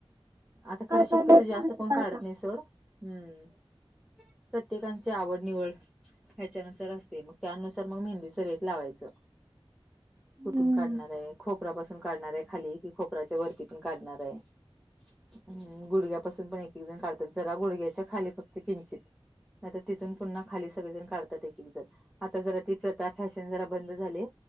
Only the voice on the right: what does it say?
काय
काय लय
थोडीशी
काढतात.
हम्म